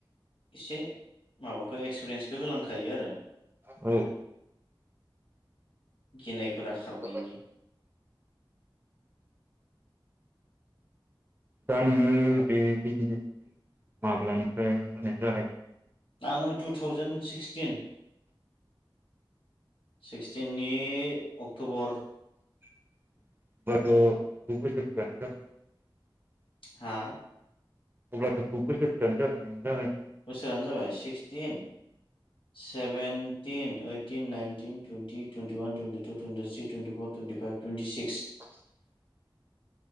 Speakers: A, on the left; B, on the right.
A: एसे माबाखो एक्सपिरियेन्सखौ होलांखायो आरो
B: औ
A: गिनाय फोरा खारनायनि
B: औ दा नोङो बे बिजनेसखौ माब्लानिफ्राय मोने जागाय
A: आङो टु थावजेन सिक्सटिन सिक्सटिननि नि अक्ट'बर
B: होमबाथ' <unintelligible>
A: हा?
B: अब्लाथ' गु बोसोरसआनो जाबाय नों जागाय
A: बोसोरानो जाबाय sixteen seventeen eighteen nineteen twenty twenty one twenty two twenty three twenty four twenty five twenty six
B: <inaudible>